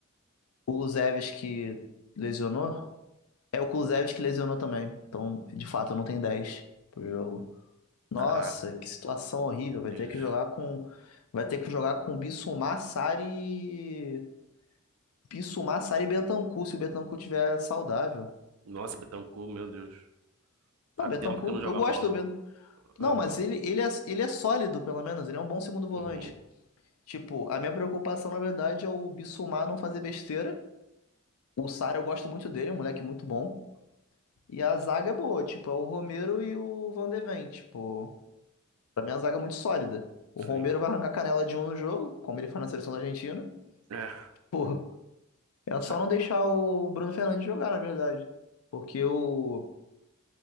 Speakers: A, on the left; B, on the right.
A: O Kulusevski lesionou. É o Kulusevski que lesionou também. Então, de fato, não tem 10 pro jogo. Nossa,
B: Caraca.
A: que situação horrível.
B: Meu
A: Vai
B: Deus.
A: ter que jogar com. Vai ter que jogar com Bissouma, Sarri Pisso, Massari e Bentancur, se o Bentancur tiver saudável.
B: Nossa, Betancur, meu Deus. Há
A: Não,
B: tempo
A: Bentancur,
B: que não joga
A: eu gosto
B: bola.
A: do Bentancur. Não,
B: Aham.
A: mas ele, ele, é, ele é sólido, pelo menos. Ele é um bom segundo volante.
B: Uhum.
A: Tipo, a minha preocupação, na verdade, é o Bissumar não fazer besteira. O Sara eu gosto muito dele, é um moleque muito bom. E a zaga é boa, tipo, é o Romero e o Van de Ven, tipo... Pra mim, a zaga é muito sólida. O
B: Sim.
A: Romero vai arrancar canela de um no jogo, como ele faz na seleção da Argentina.
B: É,
A: Pô, é só
B: Ah,
A: não deixar o Bruno Fernandes jogar, na verdade. Porque o...